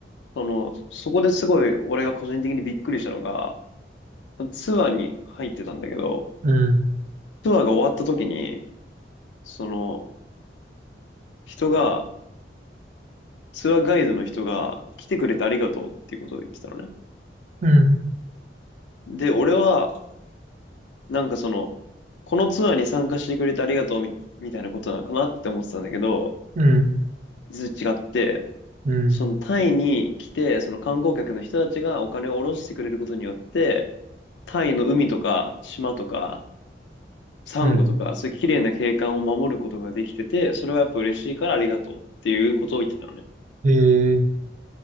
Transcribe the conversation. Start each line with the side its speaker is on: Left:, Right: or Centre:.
Left: その、そこですごい俺が個人的にびっくりしたのが、ツアーに入ってたんだけど、
Right: うん、
Left: ツアーが終わった時に、その、人が、ツアーガイドの人が来てくれてありがとうっていうことを言ってたのね。
Right: うん、
Left: で、俺は、なんかその、このツアーに参加してくれてありがとうみ、みたいなことなのかなって思ってたんだけど、
Right: うん、
Left: 実は違って、
Right: うん、
Left: そのタイに来て、その観光客の人たちがお金を下ろしてくれることによって、タイの海とか島とかサンゴとか、
Right: うん。
Left: そういう綺麗な景観を守ることができてて、それはやっぱ嬉しいからありがとうっていうことを言ってたのね。
Right: ええ、